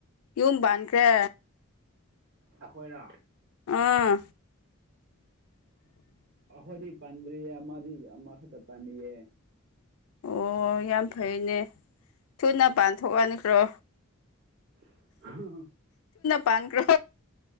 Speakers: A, on the left (about 75°); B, on the right (about 55°).
A: ꯌꯨꯝ ꯄꯥꯟꯈ꯭ꯔꯦ
B: ꯑꯩꯈꯣꯏꯅ
A: ꯑꯥ
B: ꯑꯃꯗꯤ ꯄꯟꯔꯤꯌꯦ ꯑꯃꯥꯗꯤ ꯑꯃ ꯀꯇ ꯄꯥꯟꯌꯦ
A: ꯑꯣ ꯌꯥꯝ ꯐꯩꯅꯦ ꯊꯨꯅ ꯄꯥꯟꯊꯣꯛꯑꯅꯤꯈ꯭ꯔꯣ
B: <inaudible>
A: ꯄꯥꯥꯟ꯭ꯔꯣ